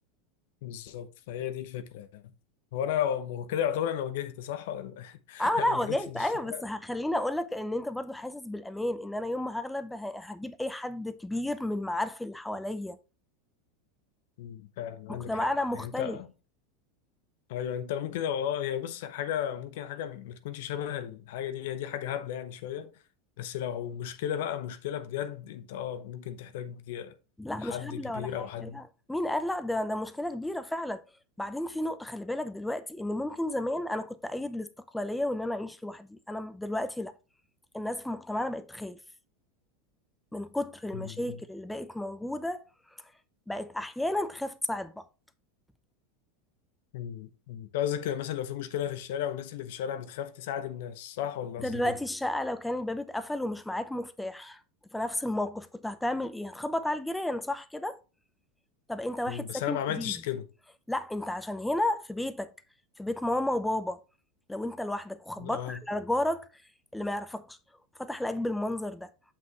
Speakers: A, on the left; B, in the centre.
A: بالظبط فهي دي الفكره يعني هو انا هو كده يعتبر انا واجهت صح ولا
B: اه لا
A: <laughs> انا جريت
B: واجهت
A: في الشارع
B: ايوه بس هخليني اقول لك ان انت برضو حاسس بالامان ان انا يوم ما هغلب ه- هجيب اي حد كبير من معارفي اللي حواليا
A: مم. فعلا
B: مجتمعنا
A: عندك حق
B: مختلف
A: يعني انت ايوه انت ممكن اه هي بص حاجه ممكن حاجه ما تكونش شبه الحاجه دي هي دي حاجه هبله يعني شويه بس لو مشكله بقى مشكله بجد انت اه ممكن تحتاج
B: لا
A: حد
B: مش هبله
A: كبير
B: ولا حاجه
A: او حد
B: لا مين قال لا ده ده مشكله كبيره فعلا بعدين في نقطه خلي بالك دلوقتي ان ممكن زمان انا كنت ايد الاستقلاليه وان انا اعيش لوحدي انا دلوقتي لا الناس في مجتمعنا بقت تخاف من كتر المشاكل
A: مم.
B: اللي بقت موجوده بقت احيانا تخاف تساعد بعض
A: مم. انت قصدك مثلا لو في مشكله في الشارع والناس اللي في الشارع بتخاف تساعد الناس صح ولا
B: انت
A: قصدك
B: دلوقتي
A: ايه؟
B: الشقة لو كان الباب اتقفل ومش معاك مفتاح في نفس الموقف كنت هتعمل ايه هتخبط على الجيران صح كده طب انت واحد
A: مم. بس
B: ساكن
A: انا ما
B: جديد
A: عملتش كده
B: لا انت عشان هنا في بيتك في بيت ماما وبابا لو انت لوحدك وخبطت
A: اه
B: على جارك اللي ما يعرفكش وفتح لك بالمنظر ده